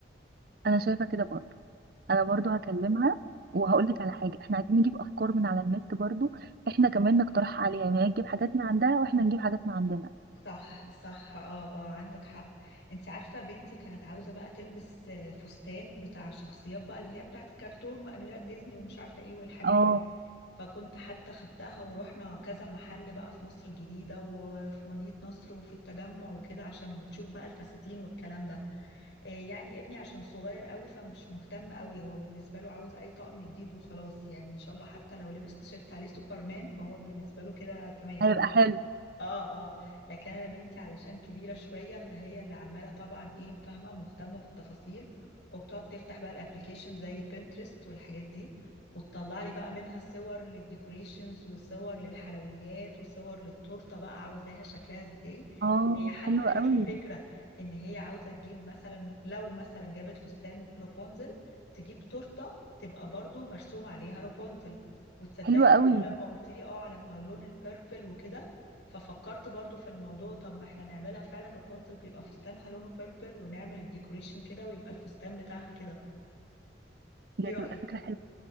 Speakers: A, on the right; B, on the left.
A: انا شايفه كده برضو انا برضو هكلمها وهقول لك على حاجه احنا عايزين نجيب افكار من على النت برضو احنا كمان نقترح عليها يعني هي تجيب حاجات من عندها واحنا نجيب حاجات من عندنا
B: صح صح اه اه عندك حق انت عارفة بنتي كانت عاوزة بقى تلبس آه، فستان بتاع شخصيات بقى اللي هي بتاعت كرتون واميرات ديزني ومش عارفة ايه والحاجات
A: اه
B: دي فكنت حتى خدتها ورحنا كذا محل بقى في مصر الجديدة وفي مدينة نصر وفي التجمع وكده عشان بتشوف بقى الفساتين والكلام ده آه، يعني ابني عشان صغير قوي فمش مهتم قوي هو بالنسبة له عاوز اي طقم جديد وخلاص يعني ان شاء الله حتى لو لبس تيشيرت عليه سوبرمان فهو بالنسبة له كده تمام
A: هيبقى حلو
B: اه اه لكن انا بنتي علشان كبيره شويه فهي اللي عماله طبعا ايه فاهمه مهتمه بالتفاصيل وبتقعد تفتح بقى الابليكيشن زي بنترست والحاجات دي وتطلع لي بقى منها صور للديكوريشنز وصور للحلويات وصور للتورته بقى عاوزاها شكلها ازاي
A: اه
B: هي حتى
A: حلوه
B: قالت
A: قوي
B: لي فكره ان هي عاوزه تجيب مثلا لو مثلا جابت فستان رابونزل تجيب تورته تبقى برضو مرسوم عليها رابونزل وتصدقي
A: حلوه قوي
B: برضو لما قلت لي اه على ما لون البيربل وكده ففكرت برضو في الموضوع طب ما احنا نعملها فعلا رابونزل بيبقى فستانها لونه بيربل ونعمل الديكوريشن كده ويبقى الفستان بتاعها كده
A: دي
B: ايه رأيك
A: هتبقى فكره حلوه